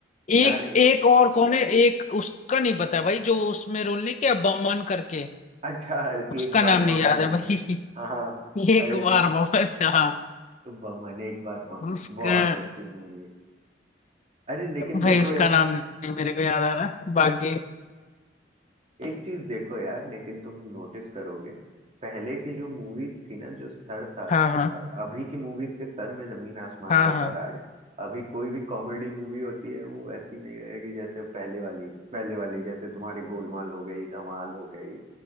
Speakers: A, on the left; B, on the right.
A: एक
B: यार ए-
A: एक और कौन है एक उसका नहीं पता भाई जो उसमें रोल नहीं किया बमन करके
B: अच्छा
A: उसका
B: एक बार
A: नाम नहीं
B: बमन
A: याद है
B: नहीं
A: भाई
B: है हाँ हाँ।
A: <laughs> एक
B: अरे
A: बार बमन हाँ
B: बमन एक बार बमन
A: उसका
B: बहुत अच्छी मूवी है अरे लेकिन
A: भाई
B: देखो
A: उसका
B: यार
A: नाम नहीं मेरे को याद आ रहा बाकी
B: एक चीज देखो यार लेकिन तुम नोटिस करोगे पहले की जो मूवीज थी ना जो स्तर था
A: हाँ हाँ
B: और अभी की मूवीज के स्तर में जमीन आसमान
A: हाँ
B: का
A: हाँ
B: फराक है। अभी कोई भी कॉमेडी मूवी होती है वो वैसी नहीं रहेगी जैसे पहले वाली पहले वाली जैसे तुम्हारी गोलमाल हो गई धमाल हो गई